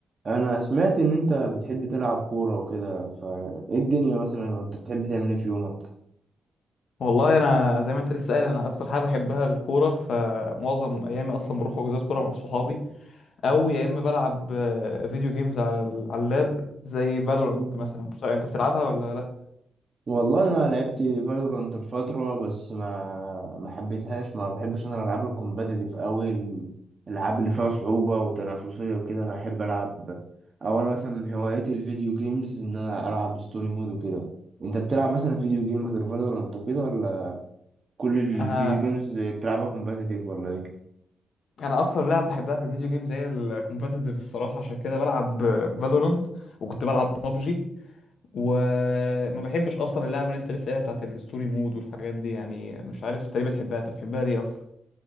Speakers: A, on the right; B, on the left.
A: انا سمعت ان انت بتحب تلعب كورة وكده فايه الدنيا مثلا انت بتحب تعمل ايه في يومك
B: والله انا زي ما انت لسه قايل انا اكتر حاجه بحبها الكوره فمعظم ايامي اصلا بروح حجوزات كوره مع صحابي او يا اما بلعب آه، فيديو جيمز على ال- على اللاب زي فالورانت
A: مم.
B: مثلا مش عارف انت بتلعبها ولا لا
A: والله انا لعبت فالورانت الفترة بس ما ما حبيتهاش ما بحبش انا الالعاب الكومباتيتيف قوي الالعاب اللي فيها صعوبة وتنافسية وكده انا احب العب او انا مثلا من هواياتي الفيديو جيمز ان انا العب ستوري مود وكده انت بتلعب مثلا فيديو جيم غير فالورانت وكده ولا كل الفيديو
B: انا
A: جيمز بتلعبها كومباتيتيف ولا ايه
B: انا اكتر لعب بحبها في الفيديو جيمز هي الكومبتيتيف الصراحه عشان كده بلعب فالورانت وكنت بلعب ببجي وما بحبش اصلا اللعبه اللي انت لسه قايلها بتاعت الستوري مود والحاجات دي يعني مش عارف انت ليه بتحبها انت بتحبها ليه اصلا